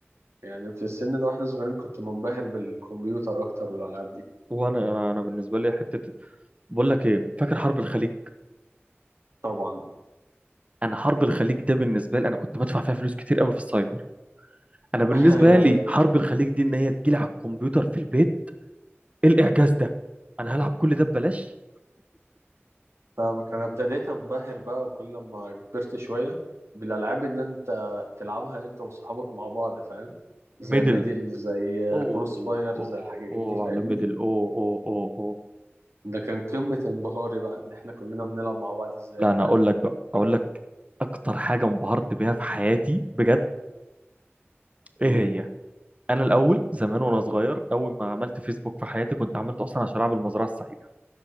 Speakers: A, on the right (about 90°); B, on the right (about 30°).
A: يعني في السن ده واحنا صغيرين كنت منبهر بالكمبيوتر اكتر والالعاب دي
B: وانا انا انا بالنسبه لي حته بقول لك ايه فاكر حرب الخليج
A: طبعا
B: انا حرب الخليج ده بالنسبه لي انا كنت بدفع فيها فلوس كتير قوي في السايبر انا بالنسبه
A: <laughs> ايوه
B: لي
A: ايوه
B: حرب الخليج دي ان هي تجيلي على الكمبيوتر في البيت إيه الاعجاز ده انا هلعب كل ده ببلاش
A: فاهمك انا ابتديت انبهر بقى وكل ما كبرت شويه بالالعاب ان انت تلعبها انت وصحابك مع بعض فاهم زي
B: ميدل
A: ميدل زي
B: اوه
A: كروس فاير
B: اوه
A: زي الحاجات
B: اوه
A: دي فاهمني
B: على ميدل اوه اوه اوه اوه
A: ده كان قمه انبهاري بقى ان احنا كلنا بنلعب مع بعض ازاي
B: لا
A: فاهم
B: انا اقول لك بقى اقول لك اكتر حاجه انبهرت بيها في حياتي بجد ايه
A: مم.
B: هي انا الاول زمان وانا صغير اول ما عملت فيسبوك في حياتي كنت عملته اصلا عشان العب المزرعه السعيده